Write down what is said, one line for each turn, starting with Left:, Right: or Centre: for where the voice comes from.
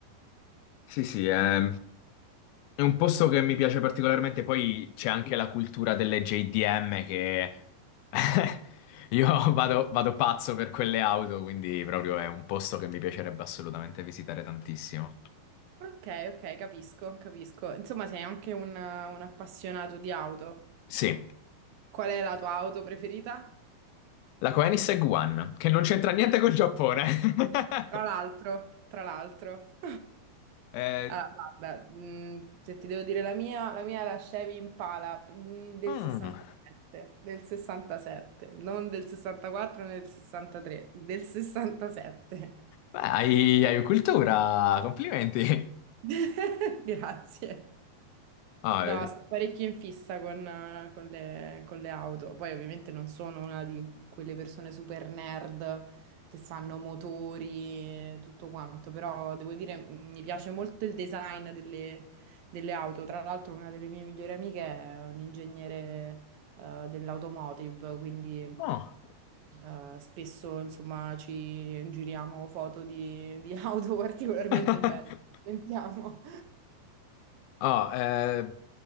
Left: Sì, sì, è, è un posto che mi piace particolarmente. Poi c'è anche la cultura delle JDM che <laughs> io vado, vado pazzo per quelle auto, quindi proprio è un posto che mi piacerebbe assolutamente visitare tantissimo.
Right: ok, ok, capisco, capisco. Insomma, sei anche un, un appassionato di auto.
Left: Sì,
Right: Qual è la tua auto preferita?
Left: la Koenigsegg One, che non c'entra niente col Giappone.
Right: Tra
Left: <laughs>
Right: l'altro, tra l'altro.
Left: Eh,
Right: Allora, guarda, mh, se ti devo dire la mia, la mia è la Chevy Impala mh, del
Left: mm,
Right: 67, del 67, non del 64 né del 63, del 67.
Left: beh, hai, hai cultura, complimenti.
Right: <laughs> Grazie.
Left: Ah,
Right: No,
Left: eh,
Right: sono parecchio in fissa con, eh, con le, con le auto. Poi ovviamente non sono una di quelle persone super nerd che sanno motori e tutto quanto, però devo dire m- mi piace molto il design delle, delle auto. Tra l'altro una delle mie migliori amiche è un ingegnere eh, dell'automotive, quindi
Left: oh.
Right: eh, spesso insomma ci giriamo foto di, di auto <laughs> particolarmente
Left: <laughs>
Right: belle. Sentiamo.
Left: Ah, eh,